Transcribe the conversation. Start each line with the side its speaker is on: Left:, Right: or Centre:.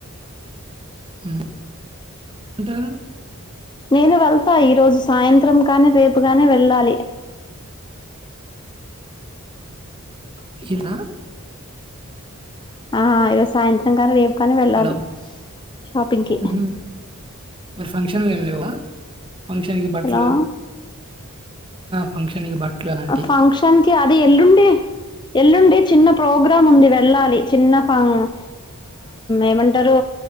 Right: హు. అంటారు
Left: నేను వెళ్తా ఈరోజు సాయంత్రం కానీ రేపుగానీ వెళ్ళాలి.
Right: <unintelligible>
Left: ఆ ఇరోజ సాయంత్రం నింగా రేపు కాని వెళ్ళాలి
Right: హలో
Left: షాపింగ్కి
Right: ఉహుం. మరి ఫంక్షన్లు ఏం లేవా ఫంక్షన్ కి బట్టలు
Left: హలో
Right: ఫంక్షన్ నికి బట్టలు అలాంటివి
Left: ఫంక్షన్ అది ఎల్లుండే ఎల్లుండే చిన్న ప్రోగ్రామ్ ఉంది వెళ్ళాలి చిన్న ఏమంటారు